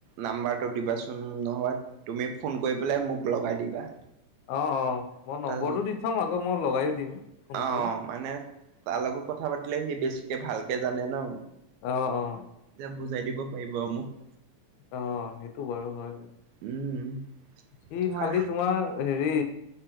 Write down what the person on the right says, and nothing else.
নাম্বাৰটো দিবাচোন নহবা তুমি ফোন কৰি পেলাই মোক লগাই দিবা।
তাৰ
লগত
অ',
মানে তাৰ লগত কথা পাতিলে সি বেছিকে ভালকে জানে ন।
যে বুজাই দিব পাৰিব আৰু মোক।
উম।
তোমাৰ